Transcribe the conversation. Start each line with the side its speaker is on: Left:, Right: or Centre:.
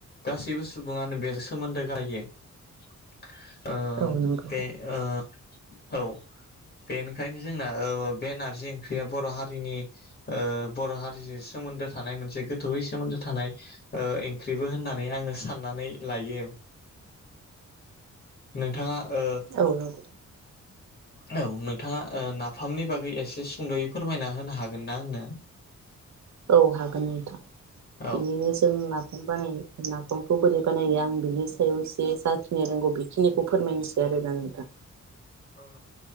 Left: गासैबो सुबुङानो बेजों सोमोन्दो गारायो। <inaudible> ओ
Right: औ नंगौ
Left: बे ओ औ बेनिखायनो जोंना औ औ बे नारजि ओंख्रिया बर' हारिनि ओ बर' हारिजों सोमोन्दो थानाय मोनसे गोथौयै सोमोन्दो थानाय ओंख्रिबो होननानै आङो साननानै लायो। नोंथाङा ओ
Right: औ नंगौ
Left: औ नोंथाङा नाफामनि बागै एसे फोरमायना होनो हागोन ना आंनो
Right: औ हागोन नोंथां
Left: औ
Right: बिनिनो जों नाफाम बानाय नाफामखौ बोरै बानायो आं बिनि सायाव एसे जाखिनि रोंगौ बेखिनिखौ फोरमायनोसै आरोना नोंथां।
Left: औ